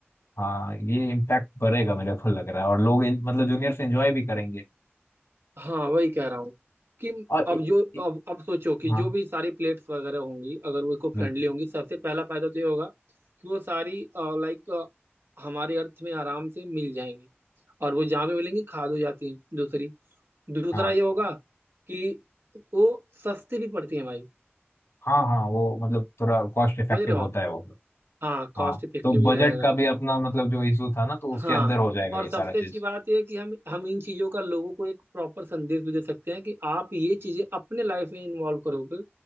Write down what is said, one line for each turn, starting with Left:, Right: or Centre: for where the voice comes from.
Left: हाँ ये इम्पैक्ट पड़ेगा मेरे को लग रहा है और लोग इन- मतलब जूनियर्स एंजॉय भी करेंगे
Right: हाँ वही कह रहा हूँ कि
Left: और
Right: अब
Left: ए,
Right: जो
Left: ए,
Right: अब अब सोचो कि
Left: हाँ
Right: जो भी सारी प्लेट्स वगैरह होंगी अगर वो इको
Left: बिल्कुल
Right: फ्रेंडली होंगी सबसे पहला फायदा तो ये होगा कि वो सारी लाइक हमारे अर्थ में आराम से मिल जाएंगी और वो जहाँ भी मिलेंगी खाद हो जाती हैं दूसरी दूसरा
Left: हाँ
Right: ये होगा कि वो सस्ती भी पड़ती है भाई
Left: हाँ हाँ वो मतलब थोड़ा कॉस्ट इफेक्टिव
Right: समझ रहे हो
Left: होता
Right: आप
Left: है वो
Right: हाँ कॉस्ट
Left: हाँ
Right: इफेक्टिव
Left: तो
Right: भी
Left: बजट
Right: रहेगा
Left: का भी अपना मतलब जो इशू था ना तो
Right: हाँ
Left: उसके अंदर हो जाएगा
Right: और
Left: ये
Right: सबसे
Left: सारा
Right: अच्छी
Left: चीज
Right: बात यह है कि हम हम इन चीज़ों का लोगों को एक प्रॉपर संदेश भी दे सकते हैं कि आप ये चीज़ें अपने लाइफ में इन्वॉल्व करोगे